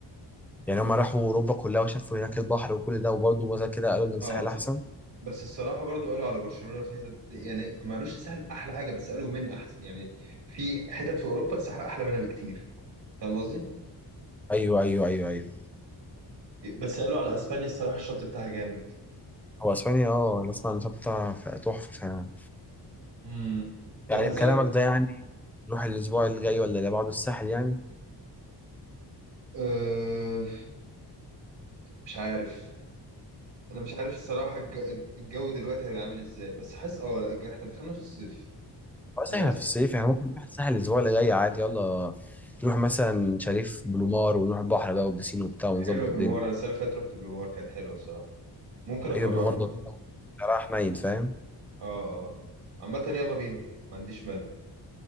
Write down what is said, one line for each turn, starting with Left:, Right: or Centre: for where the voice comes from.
Centre: يعني هما راحوا اوروبا كلها وشافوا هناك البحر وكل ده وبرضه وزي كده قالوا ان الساحل
Right: آه
Centre: احسن
Right: بس الصراحة برضو قالوا على برشلونة في حتت يعني ما قالوش السهل أحلى حاجة بس قالوا من أحسن يعني في حتت في أوروبا السهل أحلى منها بكتير فاهم قصدي؟
Centre: ايوه ايوه ايوه ايوه
Right: بس قالوا على أسبانيا الصراحة الشط بتاعها جامد
Centre: هو اسبانيا اه انا اسمع ان شطة تحفة فعلا
Right: امم
Centre: يعني
Right: طب هسألك
Centre: بكلامك ده يعني نروح الاسبوع اللي جاي ولا اللي بعده الساحل يعني
Right: أه مش عارف أنا مش عارف الصراحة الج- الجو دلوقتي هيبقى عامل إزاي بس حاسس أه لا الج- إحنا دخلنا في الصيف
Centre: بس
Right: ما
Centre: احنا
Right: لا
Centre: في الصيف يعني ممكن نروح الساحل الاسبوع اللي جاي عادي يلا نروح مثلا شاليه بلومار ونروح البحر بقى والبسين وبتاع ونظبط
Right: حلوة بلومار
Centre: الدنيا
Right: أنا السنة اللي فاتت رحت بلومار كانت حلوة الصراحة ممكن أكررها
Centre: ايوه بلومار ضروري راح نايم فاهم
Right: أه أه عامة يلا بينا ما عنديش مانع